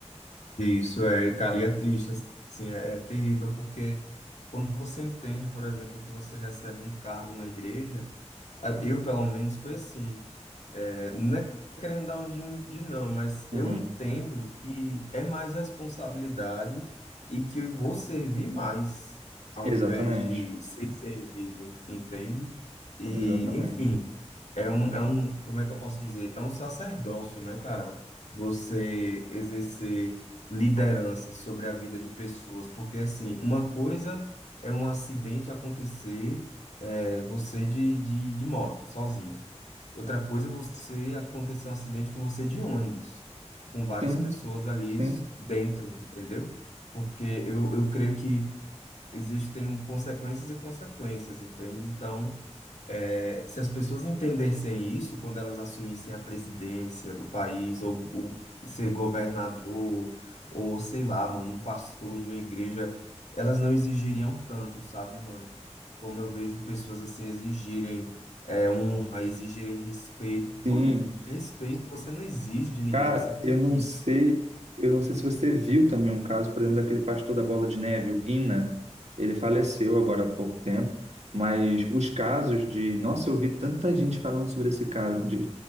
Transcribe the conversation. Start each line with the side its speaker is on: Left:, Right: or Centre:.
Left: Isso é, cara, e é triste, assim, é, é terrível, porque quando você entende, por exemplo, que você recebe um cargo na igreja, a- eu, pelo menos, foi assim. É, não é querendo dar um de um de não, mas
Right: Uhum.
Left: eu entendo que é mais responsabilidade e que eu vou servir mais ao
Right: Exatamente,
Left: invés de ser servido, entende? E,
Right: exatamente.
Left: enfim, é um, é um, como é que eu posso dizer? É um sacerdócio, né, cara? Você exercer liderança sobre a vida de pessoas, porque, assim, uma coisa é um acidente acontecer, é, você de, de, de moto, sozinho. Outra coisa, é você acontecer um acidente com você de ônibus, com várias
Right: Sim,
Left: pessoas ali
Right: sim.
Left: dentro, entendeu? Porque eu, eu creio que existem consequências e consequências, entende? Então, é, se as pessoas entendessem isso, quando elas assumissem a presidência do país, ou, ou ser governador, ou sei lá, mano, um pastor de uma igreja, elas não exigiriam tanto, sabe, mano? Como eu vejo pessoas assim exigirem é, honra, exigirem respeito. Mano,
Right: Sim,
Left: respeito você não exige de ninguém,
Right: Cara,
Left: você conquista.
Right: eu não sei, eu não sei se você viu também um caso, por exemplo, daquele pastor da Bola de Neve, o Guina, ele faleceu agora há pouco tempo, mas os casos de, nossa, eu vi tanta gente falando sobre esse caso, de,